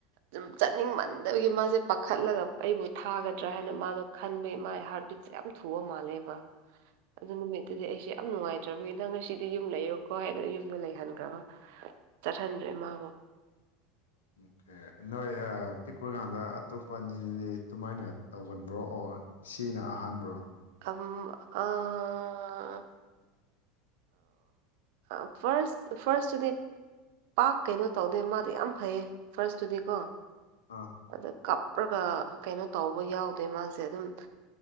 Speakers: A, on the right; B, on the left.
A: ꯁꯨꯝ ꯆꯥꯅꯤꯡꯃꯟꯗꯕꯒꯤ ꯃꯥꯁꯦ ꯄꯥꯈꯠꯂꯒ ꯑꯩꯕꯨ ꯊꯥꯒꯗ꯭ꯔꯥ ꯍꯥꯏꯅ ꯃꯥꯗꯣ ꯈꯟꯕꯒꯤ ꯃꯥꯒꯤ ꯍꯥꯔ ꯕꯤꯠꯁꯦ ꯌꯥꯝ ꯊꯨꯕ ꯃꯥꯜꯂꯦ ꯃꯥ ꯑꯗꯨ ꯅꯨꯃꯤꯠꯇꯨꯗꯤ ꯑꯩꯁꯦ ꯌꯥꯝ ꯅꯨꯡꯉꯥꯏꯇ꯭ꯔꯕꯒꯤ ꯅꯪ ꯉꯁꯤꯗꯤ ꯌꯨꯝ ꯂꯩꯔꯣꯀꯣ ꯍꯥꯏ ꯌꯨꯝ ꯂꯩꯍꯟꯈ꯭ꯔꯕ ꯆꯠꯍꯟꯗ꯭ꯔꯦ ꯃꯥꯕꯨ
B: ꯑꯣꯀꯦ ꯅꯣꯏ ꯄꯤꯛꯄ ꯀꯥꯟꯗ ꯑꯇꯣꯞꯄ ꯑꯅꯤꯗꯨꯗꯤ ꯑꯗꯨꯃꯥꯏꯅ ꯇꯧꯒꯟꯕ꯭ꯔꯣ ꯑꯣ ꯁꯤꯅ ꯑꯍꯥꯟꯕ꯭ꯔꯣ
A: ꯑꯝ ꯑ ꯑ ꯑꯣ ꯐꯥꯔꯁ ꯐꯥꯔꯁꯇꯨꯗꯤ ꯄꯥꯛ ꯀꯩꯅꯣ ꯇꯧꯗꯦ ꯃꯥꯗꯤ ꯌꯥꯝ ꯐꯩꯌꯦ ꯐꯥꯔꯁꯇꯨꯗꯤꯀꯣ
B: ꯑꯥ
A: ꯑꯗ ꯀꯞ ꯀꯥꯞꯔꯒ ꯀꯩꯅꯣ ꯇꯧꯕ ꯌꯥꯎꯗꯦ ꯃꯥꯁꯦ ꯑꯗꯨꯝ